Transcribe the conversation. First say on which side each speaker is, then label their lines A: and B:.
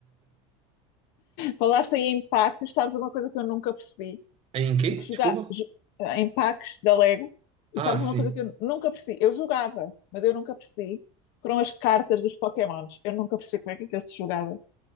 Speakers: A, on the left (about 65°); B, on the right (about 35°).
A: Falaste aí em packs, sabes uma coisa que eu nunca percebi?
B: Em quê?
A: E que
B: Desculpa?
A: jogar jo- eh, em packs da Lego,
B: Ah,
A: e sabes
B: sim.
A: uma coisa que eu nunca percebi? Eu jogava, mas eu nunca percebi. Foram as cartas dos Pokémons. Eu nunca percebi como é que aquilo se jogava.